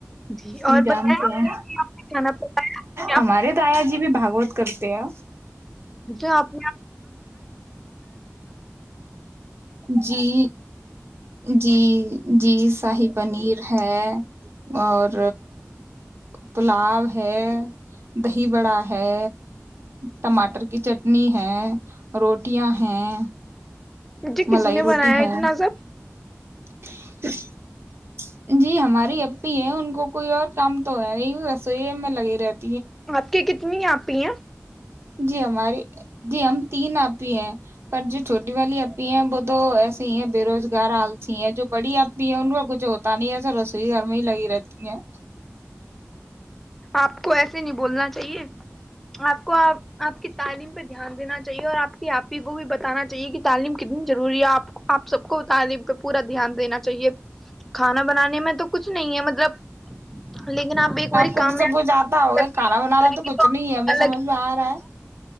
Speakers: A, in the centre; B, on the right.
A: جی
B: ہم
A: اور
B: جانتے
A: بتائیں آپ
B: ہیں
A: کے لیے آپ نے کھانا پکایا
B: ہمارے
A: کیا
B: تایا جی بھی بھگوت کرتے آ
A: <inaudible> جو آپ
B: جی جی جی شاہی پنیر ہے اور پلاب ہے دہی بڑا ہے ٹماٹر کی چٹنی ہے روٹیاں ہیں
A: جی کس
B: ملائی
A: نے
B: روٹی
A: بنایا
B: ہے
A: اتنا سب
B: <inaudible> جی ہماری اب پی ہیں ان کو کوئی اور کام تو ہے نہیں رسوئی میں لگے رہتے
A: آپ کی کتنی آپ پی ہے
B: جی ہماریے جی ہم تین آپی ہیں پر جو چھوٹی والی اپی وہ تو ایسے ہی ہے بے روزگار حال س جو پڑی اپی ہیں ان کا کچھ اور پانییا سے رسوئی گھر میں ہی لگی رہتی ہیں
A: آپ کو ایسے نہیں بولنا چاہیے آپ کو آپ آپ کی تعلیم دھیان دین چاہیے اور آپ کی آپی کو بھی بتانا چیے کہ تعلیم کتنی جضر وری آپ آپ سب کو تعلیم پہ پورا دھیان دینا چاہیے کھانا بنانے میں تو کچھ نہیں ہے مطلب لیکن آپ ایک باری
B: خود
A: کامیاب
B: سےب جاتا ہوگا کھانا بنانا
A: کریں
B: تو
A: گی
B: کچھ نہیں ہے ہمیں
A: الگ
B: سمجھ میں آ رہا ہے